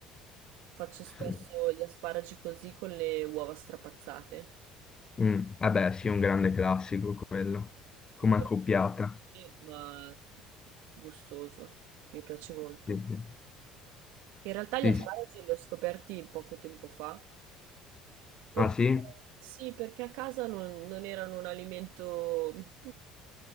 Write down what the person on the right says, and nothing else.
Faccio spesso
gli asparagi così con le uova strapazzate.
Super
semplice, ma gustoso. Mi piace molto.
Che In realtà gli
asparagi
li ho scoperti poco tempo fa, perché
sì, perché a casa non, non erano un alimento